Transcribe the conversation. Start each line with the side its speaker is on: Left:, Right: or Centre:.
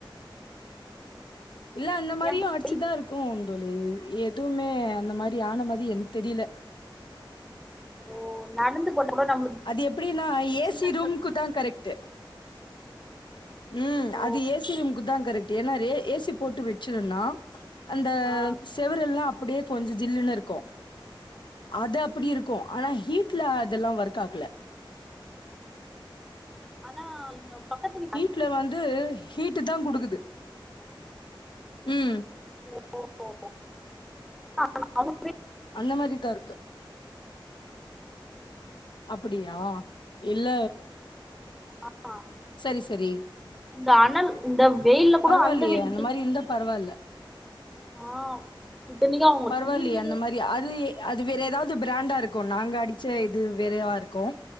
Left: இல்ல அந்த மாரியு
Centre: ஏன் தம்பி
Left: அடிச்சுதா இருக்கோ தோழி எதுவுமே அந்த மாரி ஆன மாரி எனக்கு தெரில
Centre: ஓ நடந்து கூட நம்மளுக்கு
Left: அது எப்படினா ஏசி
Centre: சில்லுனு
Left: ரூம்க்குதா கரெக்ட்டு உம்
Centre: ஓ
Left: அது ஏசி ரூம்குதான் கரெக்ட்டு ஏன்னா ரெ ஏசி போட்டு வெச்சிருன்னா அந்த
Centre: ஆ
Left: செவுரெல்லாம் அப்படியே கொஞ்ச ஜில்லுனு இருக்கும் அது அப் அப்படி இருக்கும் ஆனா ஹீட்ல அதெல்லாம் ஒர்க் ஒர்க்காகல
Centre: ஆனா எங்க <inaudible>
Left: வீட்ல
Centre: அடிச்சு
Left: வந்து ஹீட்டு தா குடுக்குது ம்
Centre: ஓ ஓ ஓஆ அவுங்
Left: அந்த மாரி தா இருக்கு அப்டியா இல்ல
Centre: ஆமா
Left: செரி செரி
Centre: இந்த அனல் இந்த வெயில்ல கூட
Left: பரவாயில்லயே
Centre: அந்த வீடு சில்லுனு
Left: மாரி இருந்தா பரவால்ல
Centre: <inaudible> ஆஹ் இத்தனிக்கோ அவுங்க
Left: பரவாயில்லையே
Centre: கீழ் வீடு
Left: அந்த மாரி அது அது வேற ஏதாவது பிராண்டா இருக்கு நாங்க அடிச்ச இது வேறாவா இருக்கோ